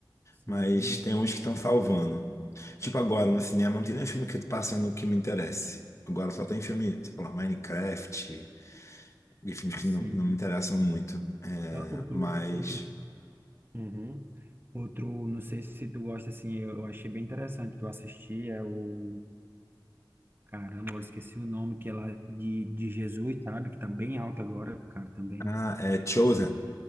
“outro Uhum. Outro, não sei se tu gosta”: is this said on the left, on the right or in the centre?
Right